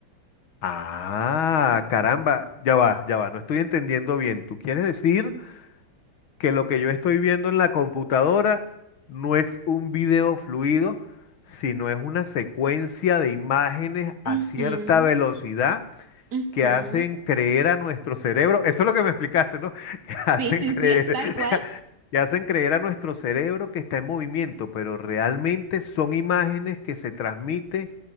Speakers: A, on the left; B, on the right.
A: Ah, caramba, ya va, ya va, no estoy entendiendo bien. ¿Tú quieres decir que lo que yo estoy viendo en la computadora no es un video fluido, sino es una secuencia de imágenes
B: Ujú,
A: a cierta velocidad
B: ujú.
A: que hacen creer a nuestro cerebro, eso es lo que me explicaste, ¿no? <laughs> Que hacen
B: Sí, sí,
A: creer,
B: sí, tal cual.
A: que hacen creer a nuestro cerebro que está en movimiento, pero realmente son imágenes que se transmiten,